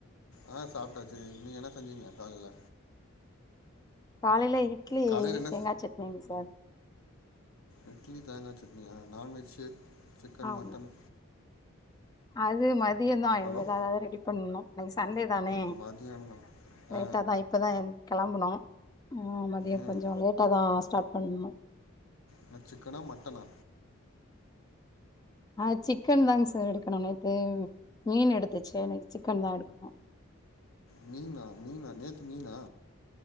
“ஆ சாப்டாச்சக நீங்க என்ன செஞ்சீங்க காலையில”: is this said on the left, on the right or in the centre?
Left